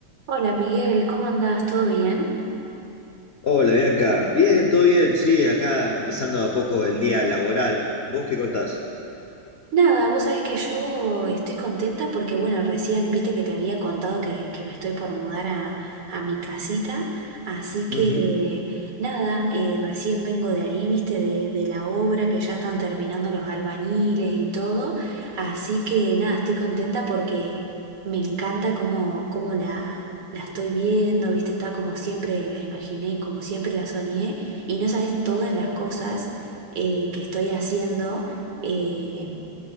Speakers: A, on the right; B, on the left.
A: Hola Miguel, ¿cómo andás? ¿Todo bien?
B: Hola Bianca, bien, todo bien, sí, acá empezando de a poco el día laboral. ¿Vos qué contás?
A: Nada, vos sabés que yo estoy contenta porque, bueno, recién viste que te había contado que, que me estoy por mudar a, a mi casita, así que
B: Ujú.
A: nada, eh, recién vengo de ahí, viste, de, de la obra que ya están terminando los albañiles y todo, así que nada, estoy contenta porque me encanta cómo, cómo la, la estoy viendo, viste, está como siempre la imaginé, como siempre la soñé, y no sabés todas las cosas eh, que estoy haciendo. eh,